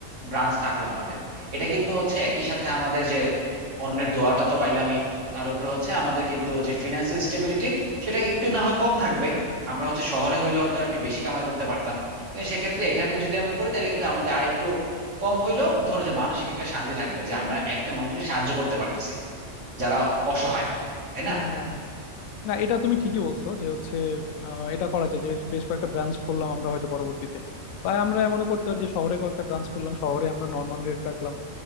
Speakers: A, on the right (about 65°); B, on the left (about 85°).
A: ব্রাঞ্চ থাকলো আমাদের এটা কিন্তু হচ্ছে একই সাথে আমাদের যে অন্যের দোয়াটা তো পাইলামই তার উপরে হচ্ছে আমাদের কিন্তু যে ফিনান্সিয়াল স্টেবিলিটি সেটা একটু না হয় কম থাকবে আমরা হচ্ছে শহরে হইলে হয়তো একটু বেশি কামাই করতে পারতাম কিন্তু সেক্ষেত্রে এখানে যদি আমরা করি তাহলে কিন্তু আমাদের আর একটু কম হইলেও ধরো যে মানসিক একটা শান্তি থাকবে যে আমরা একটা মানুষকে সাহায্য করতে পারতেছি যারা অসহায় তাই
B: হ্যাঁ
A: না
B: হ্যাঁ হ্যাঁ না এটা তুমি ঠিকই বলছো যে হচ্ছে আহ, এটা করা যায় যে বেশ কয়েকটা ব্রাঞ্চ করলাম আমরা হয়তো পরবর্তীতে বা আমরা এমনও করতে পারি যে শহরে কয়েকটা ব্রাঞ্চ করলাম শহরে আমরা নর্মাল রেট রাখলাম